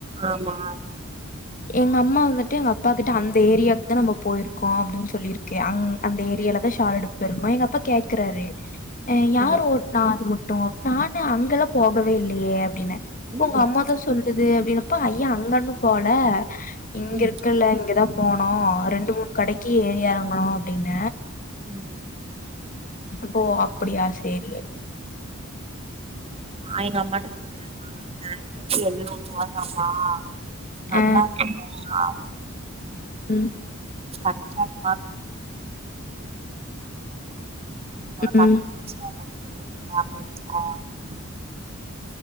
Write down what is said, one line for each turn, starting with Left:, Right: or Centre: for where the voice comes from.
Right: ஆமா
Left: எங்கம்மா வந்துட்டு எங்க அப்பா கிட்ட அந்த ஏரியாக்கு தா நம்ப போயிருக்கோ அப்டின் சொல்லிருக்கே அங் அந்த ஏரியால தா ஷால் எடுக் போயிருக்கோ எங்கப்பா கேக்குறாரு
Right: ம்
Left: யாரு நா அது முட்டு நானு அங்கெல்லா போகவே இல்லையே அப்டின்னெ
Right: ம்
Left: உங்கம்மாதா சொல்லுது அப்டினா இப்ப ஐயா அந்தன்னு போல இங்கருக்கல்ல
Right: ம்
Left: இங்கதா போனோ ரெண்டு மூணு கடைக்கி ஏறி எறங்கனொ ப்டின்ன
Right: உம்
Left: போ அப்புடியா சேரி
Right: நா எங்க அம்மாட்ட சொன்னே மா பேண்ட் வந்து எல் நூருவாதாமா நல்லாருக்குல்ல
Left: அ
Right: ஆ
Left: ம்,
Right: கரெட்டா <unintelligible> ஒனக்கு
Left: ம்.
Right: அடுத்த மாசொ <unintelligible> <unintelligible>